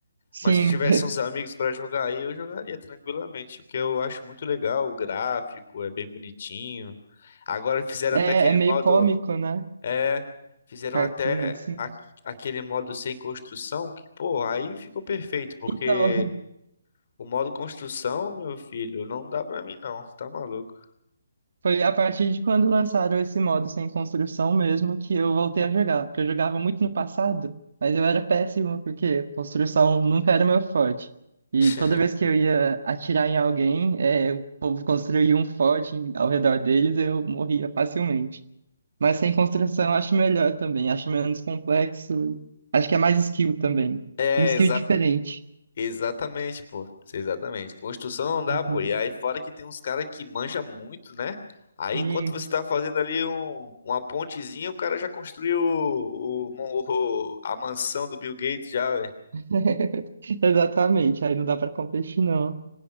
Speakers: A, on the right; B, on the left.
A: Sim,
B: Mas se tivesse uns amigos pra jogar aí, eu jogaria tranquilamente, porque eu acho muito legal o gráfico, é bem bonitinho. Agora
A: <laughs>
B: fizeram
A: é,
B: até aquele
A: é meio
B: modo,
A: cômico, né?
B: é, fizeram
A: Cartoon,
B: até
A: assim.
B: a- aquele modo sem construção, que, pô, aí ficou perfeito, porque
A: Então,
B: o modo construção, meu filho, não dá pra mim não, tá maluco.
A: Foi a partir de quando lançaram esse modo sem construção mesmo que eu voltei a jogar. Porque eu jogava muito no passado, mas eu era péssimo porque construção nunca era meu forte. E
B: <laughs>
A: toda vez que eu ia atirar em alguém, é, o povo construía um forte em- ao redor deles, eu morria facilmente. Mas sem construção eu acho melhor também, acho menos complexo, acho que é mais skill também.
B: É,
A: Um skill diferente.
B: Exatamente, pô. Isso, Exatamente. Construção não dá,
A: <laughs>
B: pô. E aí, fora que tem uns caras que manja muito, né? Aí,
A: E...
B: enquanto você tá fazendo ali um- uma pontezinha, o cara já construiu o- o mon- o- a mansão do Bill Gates já, velho.
A: <laughs> Exatamente, aí não dá pra competir, não.